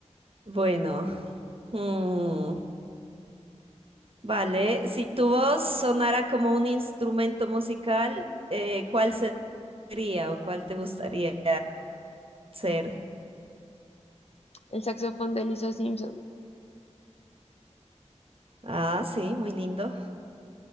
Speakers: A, on the right; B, on the left.
A: Bueno, mm, vale. Si tu voz sonara como un instrumento musical, eh, ¿cuál sería o cuál te gustaría ser?
B: El saxofón de Lisa Simpson.
A: Ah, sí, muy lindo.